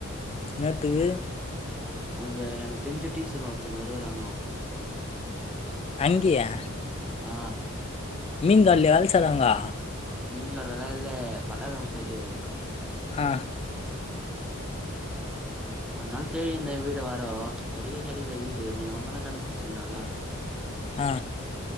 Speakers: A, on the left; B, in the centre.
A: இன்னத்துக்கு
B: அங்க எனக்கு தெஞ்ச டீச்சர் ஒர்த்தவுங்கோ இருகுறாங்கோ
A: அங்கியா
B: அ
A: மீன் கல்யா வேல் செய்றாங்கோ
B: மீன்கட்லலா இல்ல பட்டாபிரம் சைடு
A: அ
B: ஒர் நாள் தேடினிந்த வீடு வேரோ கடிக்க கெடயில வீடு நீ வந்தனா கண்டு புடிச்சில்லால
A: ஆ